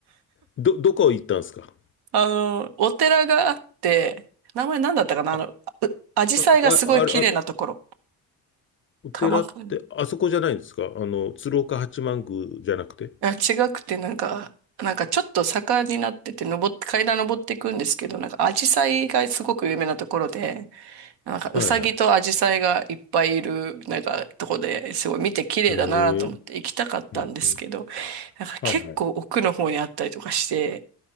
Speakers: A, on the left; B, on the right.
A: ど、どこ行ったんですか
B: あの、お寺があって、名前何だったかなあの、
A: あ、
B: う紫陽花がすごい綺麗なところ。
A: あ、あ、あれ、あ、お寺って、
B: 鎌倉。
A: あそこじゃないんですかあの、鶴岡八幡宮じゃなくて。
B: あ、違くて、なんか、なんかちょっと坂になってて、登って、階段登っていくんですけど、なんかアジサイがすごく有名なところで、なんかウサギとアジサイがいっぱいいる、
A: はいはい。
B: なんかとこですごい見て綺麗だなと思って行きたかったんですけど、
A: へえ。うん、うん。
B: なんか結構奥の方にあったりとかして、
A: はいはい。